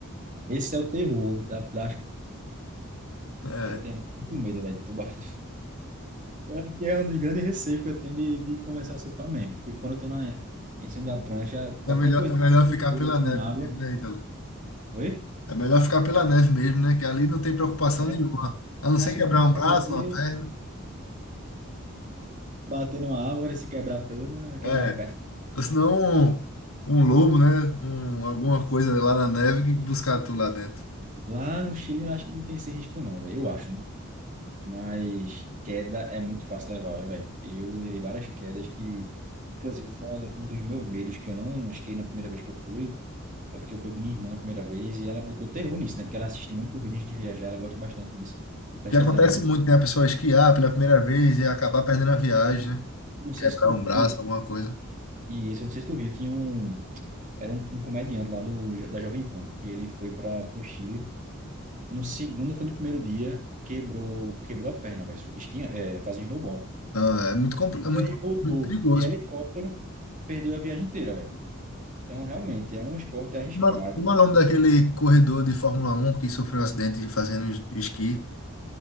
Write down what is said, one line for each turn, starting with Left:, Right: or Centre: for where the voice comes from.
Right: Esse é o terror da, das
Left: É.
Right: Eu tenho muito medo, velho, de tubarão. Eu acho que é um dos grandes receios que eu tenho de, de começar a surfar mesmo. Porque quando eu tô na, em cima da prancha, qualquer
Left: É melhor,
Right: coisa
Left: é melhor ficar
Right: que pula
Left: pela
Right: assim
Left: neve
Right: na água.
Left: mesmo, né, Ítalo?
Right: Oi?
Left: É melhor ficar pela neve mesmo, né? Que ali não tem preocupação nenhuma.
Right: É,
Left: A não
Right: o
Left: ser
Right: máximo
Left: quebrar
Right: que pode
Left: um
Right: acontecer,
Left: braço, uma perna.
Right: bater numa árvore, se quebrar toda, quebrar
Left: É.
Right: uma perna.
Left: Ou senão um, um lobo, né? Um, alguma coisa lá na neve que buscar tu lá dentro.
Right: Lá no Chile, eu acho que não tem esse risco, não, velho. Eu acho, né? Mas queda é muito fácil levar, velho. Eu levei várias quedas que, inclusive, foi uma- um dos meus medos que eu não esquei na primeira vez que eu fui. Foi porque eu fui com minha irmã a primeira vez e ela botou terror nisso, né? Porque ela assiste muito vídeo antes de viajar, ela gosta bastante disso, de pesquisar
Left: que acontece
Right: antes.
Left: muito, né? A pessoa esquiar pela primeira vez e acabar perdendo a viagem, né?
Right: Não sei
Left: Quebrar
Right: se tu
Left: um
Right: viu,
Left: braço, alguma coisa.
Right: e esse eu não sei se tu viu, tinha um, era um, um comediante lá do, da Jovem Pan, que ele foi para o Chile. No segundo, foi no primeiro dia, quebrou, quebrou a perna, velho, esquinha, é, fazendo snowboard.
Left: Não, é muito, compli- é muito,
Right: E aí voltou
Left: muito perigoso.
Right: de helicóptero, perdeu a viagem inteira, velho. Então, realmente, é um esporte arriscado,
Left: uma como é o nome daquele corredor de Fórmula um que sofreu um acidente fazendo es- esqui?